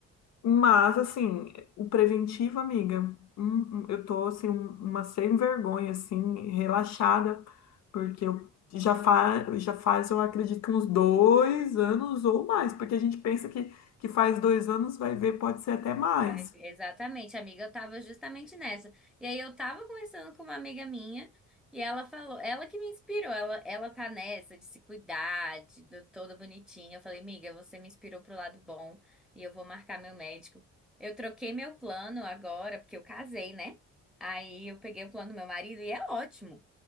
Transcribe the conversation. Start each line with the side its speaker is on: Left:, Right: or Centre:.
Left: Mas, assim, o preventivo, amiga, hum, hum, eu tô, assim, um- uma sem vergonha, assim, relaxada, porque eu já, fa já faz, eu acredito, que uns dois anos ou mais, porque a gente pensa que, que faz dois anos, vai ver, pode ser até mais.
Centre: Vai- Exatamente, amiga, eu tava justamente nessa. E aí eu tava conversando com uma amiga minha e ela falou, ela que me inspirou, ela, ela tá nessa de se cuidar, de, do- toda bonitinha. Eu falei, amiga, você me inspirou pro lado bom e eu vou marcar meu médico. Eu troquei meu plano agora, porque eu casei, né? Aí eu peguei o plano do meu marido e é ótimo.